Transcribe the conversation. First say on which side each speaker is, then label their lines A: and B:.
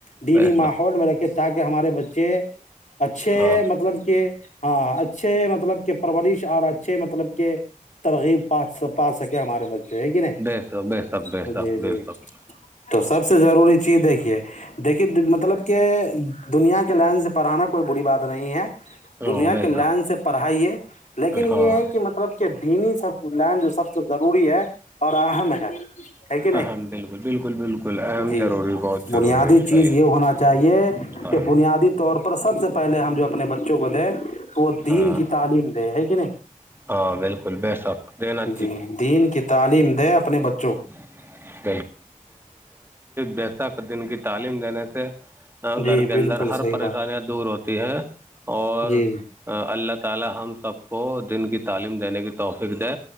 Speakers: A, on the left; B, on the right.
A: دینی
B: بیسک
A: ماحول میں رکھے تاکہ کہ ہمارے بچے اچھے
B: ہاں
A: مطلب کہ ہاں اچھے مطلب کہ پرورش اور اچھے مطلب کہ ترغیب پا پا سکے ہمارے بچے ہے کہ نا جی
B: بیسک بیسک بیسک
A: جی
B: بیسک
A: تو سب سے ضروری چیز دیکھیے دیکھیے مطلب کہ دنیا کے لائن سے پڑھانا کوئی بری بات نہیں ہے
B: ہاں
A: دنیا
B: بیسک
A: کے لائن سے پڑھائی ہے لیکن
B: ہاں
A: یہ ہے کہ مطلب کہ دینی سب اینڈ جو سب تو ضروری ہے اہم ہے ہے کہ نہیں
B: اہم بالکل بالکل بالکل اہم
A: جی
B: ضروری بہت ضروری
A: بنیادی
B: ہے
A: چیز
B: صحیح
A: یہ ہونا چاہیے
B: ہاں
A: کہ بنیادی طور پر سب سے پہلے ہم جو اپنے بچوں کو <unintelligible> وہ دین
B: ہاں
A: کی تعلیم دے ہے کہ نہیں
B: ہاں بالکل بے شک دینا
A: جی دین کی تعلیم د یں اپنے بچے
B: <unintelligible> بسک دن کی تعلیم دینے سے
A: جی
B: گھر کے
A: بالکل
B: اندر ہر
A: صحیح
B: پریشانیاں
A: بات
B: دور ہوتی ہیں اور
A: جی
B: اللہ تالا ہم سب کو دن کی تعلیم دینے کی توفیق دے